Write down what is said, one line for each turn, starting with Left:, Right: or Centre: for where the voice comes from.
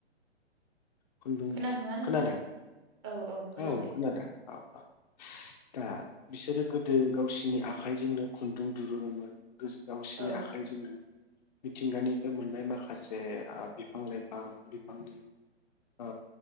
Left: खुन्दुं
Right: खोनादोंना नोंथां
Left: खोनादों
Right: औ खोनाबाय
Left: औ खोनादों औ औ। दा बिसोरो गोदो गावसोरनि आखाइजोंनो खुन्दुं दुरुननोमोन गावसोरनि
Right: औ
Left: आखाइजोंनो मिथिंगानिफ्राय मोननाय माखासे ओ बिफां लाइफां बिफांनि ओ